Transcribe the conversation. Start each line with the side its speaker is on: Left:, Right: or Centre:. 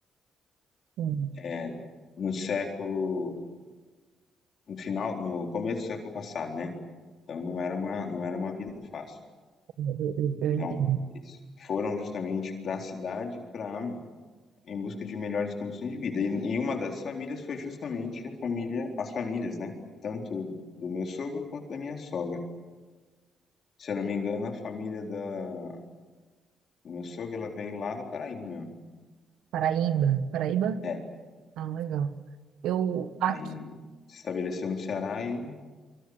Right: sim,
Left: é, no século no final, no começo do século passado, né? Então não era uma não era uma vida fácil.
Right: eu, eu, eu entendo.
Left: Então eles foram justamente para a cidade para em busca de melhores condições de vida. E, e uma das famílias foi justamente a família, as famílias, né? Tanto do meu sogro quanto da minha sogra. Se eu não me engano, a família da, do meu sogro, ela veio lá da Paraíba mesmo.
Right: Paraíba, Paraíba?
Left: É,
Right: Ah, legal. Eu, aqui,
Left: aí se estabeleceu no Ceará e